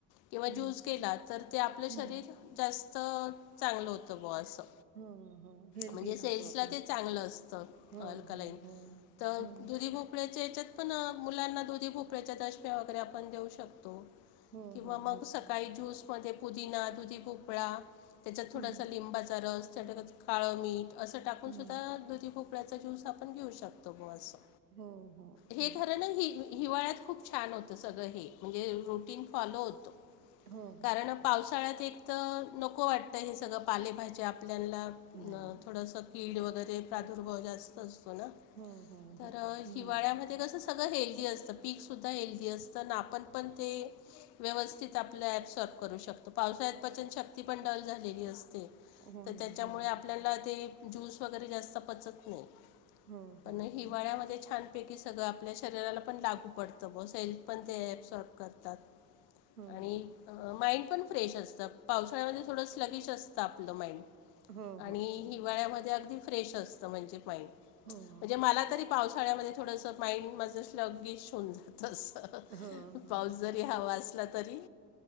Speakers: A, on the left; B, on the right.
A: किंवा
B: हो,
A: ज्यूस केला तर ते आपलं
B: हं.
A: शरीर जास्त चांगलं होतं ब असं.
B: हो, हो. हेल्दी
A: म्हणजे सेल्सला
B: राहतो आपण.
A: ते चांगलं असतं
B: हो,
A: अल्कालाईन
B: हो, हो.
A: तर
B: हो,
A: दुधी
B: हो.
A: भोपळ्याच्या हे च्यात. ना मुलांना दुधी भोपळ्याच्या दशम्या वगैरे आपण देऊ शकतो
B: हो,
A: किंवा
B: हो,
A: मग
B: हो.
A: स. काही ज्यूसमध्ये पुदिना दुधी भोपळा त्याच्यात थोडासा
B: हं.
A: लिंबाचा रस <unintelligible> काळं मीठ असं टाकूनसुद्धा
B: हो,
A: दुधी भोपळ्याचा ज्यूस आपण घेऊ शकतो ग असं.
B: हो, हो,
A: हे
B: हो.
A: खरं ना ही. हिवाळ्यात खूप छान होतं सगळं हे म्हणजे रुटीन फॉलो होतं
B: हो,
A: कारण.
B: हो.
A: पावसाळ्यात एक तर नको वाटतं हे सगळं पालेभाज्या आपल्याला
B: नाही, नाही.
A: थोडंसं कीड वगैरे प्रादुर्भाव जास्त असतो ना
B: हो, हो,
A: तर
B: हो.
A: हिवाळ्यामध्ये.
B: नाही.
A: ते कस सगळं हेल्दी असतं पीक सुद्धा हेल्दी असतं ना आपण पण ते. व्यवस्थित आपलं ऍप साफ करू शकतो पावसाळ्यात पचन शक्ती पण डल झालेली असते.
B: हो
A: तर
B: ना.
A: त्याच्यामुळे
B: हो.
A: आपल्याला ते ज्यूस वगैरे जास्त पचत नाही.
B: हो,
A: पण
B: हो,
A: हिवाळ्यामध्ये
B: हो.
A: छान. पैकी सगळं आपल्या शरीराला पण लागू पडतं बस हेल्थ पण ते सॉर्ब करतात.
B: हो,
A: आणि
B: हो.
A: माइंड पण फ्रेश असतं पावसाळ्यामध्ये थोडंस लगीश असतं आपलं माइंड.
B: हो,
A: आणि
B: हो. हो,
A: हिवाळ्यामध्ये अगदी फ्रेश असतं म्हणजे माइंड.
B: हो,
A: म्हणजे
B: हो.
A: माला तरी पावसाळ्यामध्ये थोडंसं माइंड माझ लगीश होऊन जात अस.
B: हो, हो,
A: पाऊस
B: हो.
A: जरी हवा असला तरी